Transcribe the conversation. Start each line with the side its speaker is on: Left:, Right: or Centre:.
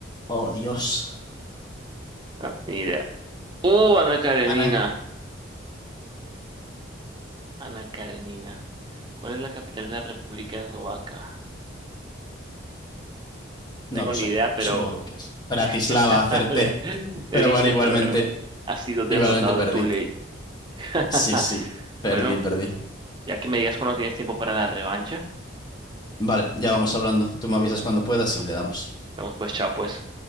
Left: Oh, Dios.
Right: Ah, ni idea. ¡Uh, Ana Karenina!
Left: Ana.
Right: Ana Karenina. ¿Cuál es la capital de la República Eslovaca?
Left: No
Right: Tengo
Left: lo
Right: ni
Left: sé.
Right: idea, pero
Left: Supongo que es Bratislava,
Right: <laughs>
Left: acerté.
Right: le, le
Left: Pero
Right: diste,
Left: bueno, igualmente,
Right: pero bueno, has sido derrotado
Left: igualmente perdí.
Right: en tu ley. <laughs>
Left: Sí, sí, perdí,
Right: Bueno,
Left: perdí.
Right: ya que me digas cuando tienes tiempo para la revancha,
Left: Vale, ya vamos hablando. Tú me avisas
Right: listo.
Left: cuando puedas
Right: Bueno,
Left: y le damos.
Right: vamos pues, chao pues.